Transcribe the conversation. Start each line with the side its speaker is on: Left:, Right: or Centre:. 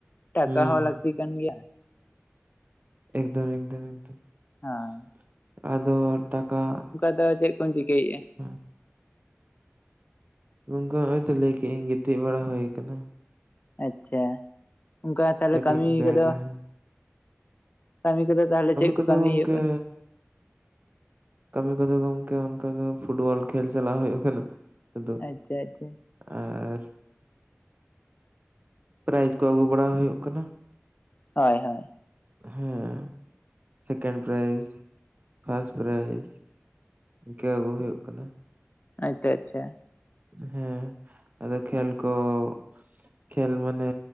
Left: ᱴᱟᱠᱟ
Right: ᱦᱩᱸ
Left: ᱦᱚᱸ
Right: ᱦᱩᱸ
Left: ᱞᱟᱹᱠᱛᱤ ᱠᱟᱱ ᱜᱮᱭᱟ
Right: ᱮᱠᱫᱚᱢ ᱮᱠᱫᱚᱢ ᱮᱠᱫᱚᱢ
Left: ᱦᱳᱭ
Right: <inaudible> ᱟᱫᱚ ᱴᱟᱠᱟ
Left: ᱟᱫᱚ ᱪᱮᱫ ᱠᱚᱢ ᱪᱤᱠᱟᱹᱭᱮᱜ-ᱟ
Right: ᱦᱩᱸ᱾ ᱜᱚᱝᱠᱮ ᱱᱚᱜ ᱚᱭ ᱛᱚ ᱞᱟᱹᱭ ᱠᱮᱜ ᱟᱹᱧ ᱜᱤᱛᱤᱡ ᱵᱟᱲᱟ ᱦᱩᱭ ᱟᱠᱟᱱᱟ᱾
Left: ᱟᱪᱪᱷᱟ ᱚᱱᱠᱟ ᱛᱟᱦᱞᱮ
Right: ᱠᱟᱹᱴᱤᱡ
Left: ᱠᱟᱹᱢᱤ
Right: ᱵᱮᱰ
Left: ᱠᱚᱫᱚ-
Right: ᱨᱮ ᱦᱮᱸ᱾
Left: ᱠᱟᱹᱢᱤ ᱠᱚᱫᱚ ᱛᱟᱦᱚᱞᱮ ᱪᱮᱫ ᱠᱚ
Right: ᱠᱚᱫᱚ
Left: ᱠᱟᱹᱢᱤ
Right: ᱜᱚᱝᱠᱮ
Left: ᱦᱩᱭᱩᱜ ᱠᱟᱱᱟ?
Right: ᱠᱟᱹᱢᱤ ᱠᱚᱫᱚ ᱜᱚᱢᱠᱮ ᱚᱱᱠᱟ ᱫᱚ ᱯᱷᱩᱴᱵᱚᱞ ᱠᱷᱮᱞ ᱪᱟᱞᱟᱣ ᱦᱩᱭᱩᱜ ᱠᱟᱱᱟ᱾ ᱥᱩᱫᱩ
Left: ᱟᱪᱪᱷᱟ ᱟᱪᱪᱷᱟ᱾
Right: ᱟᱨ ᱯᱨᱟᱭᱤᱡᱽ ᱠᱚ ᱟᱹᱜᱩ ᱵᱟᱲᱟ ᱦᱩᱭᱩᱜ ᱠᱟᱱᱟ᱾
Left: ᱦᱳᱭ ᱦᱳᱭ᱾
Right: ᱦᱮᱸ ᱥᱮᱠᱮᱱᱰ ᱯᱨᱟᱭᱤᱡᱽ ᱯᱷᱟᱥᱴ ᱯᱨᱟᱭᱤᱡᱽ᱾ ᱤᱱᱠᱟᱹ ᱟᱹᱜᱩ ᱦᱳᱭᱳᱜ ᱠᱟᱱᱟ᱾
Left: ᱟᱪᱪᱷᱟ ᱟᱪᱪᱷᱟ ᱾
Right: ᱦᱮᱸ ᱟᱫᱚ ᱠᱷᱮᱞ ᱠᱚ- ᱠᱷᱮᱞ ᱢᱟᱱᱮ